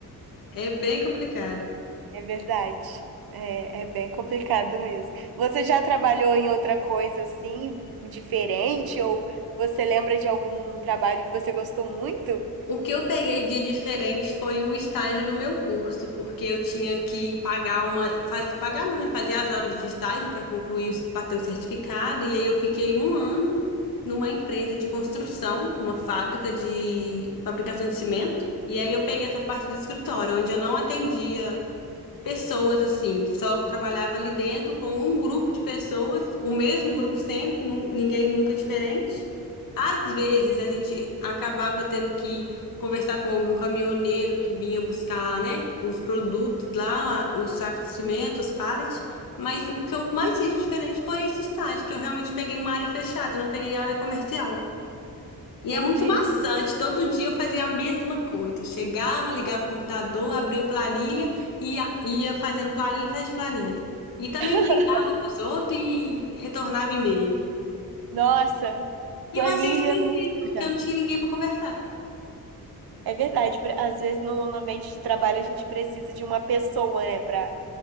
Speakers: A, on the left; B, on the right.
A: É bem complicado.
B: É verdade. É, é bem complicado mesmo. Você já trabalhou em outra coisa assim, diferente? Ou você lembra de algum trabalho que você gostou muito?
A: O que eu peguei de diferente foi o estágio do meu curso, porque eu tinha que pagar uma, faz, pagar não, né? Fazer as horas de estágio para concluir, para ter o certificado, e aí eu fiquei um ano numa empresa de construção, uma fábrica de fabricação de cimento, e aí eu peguei essa parte do escritório, onde eu não atendia pessoas assim, que só trabalhava ali dentro com um grupo de pessoas, o mesmo grupo sempre, nu- ninguém nunca diferente. Às vezes a gente acabava tendo que conversar com algum caminhoneiro que vinha buscar, né, os produtos lá, os sacos de cimento, os pallets. Mas o que eu mais fiz de diferente foi esse estágio, que eu realmente peguei uma área fechada, eu não peguei área comercial. E
B: Entendi.
A: é muito maçante. Todo dia eu fazia a mesma coisa. Chegava, ligava o computador, abria planilha e ia, ia fazendo planilha atrás de planilha. E também
B: <laughs>
A: ligava pros outros e retornava e-mail.
B: Nossa,
A: E
B: planilha
A: eu achei esquisito,
B: é muito complicado.
A: porque eu não tinha ninguém para conversar.
B: É verdade, por- às vezes no, no ambiente de trabalho a gente precisa de uma pessoa, né, para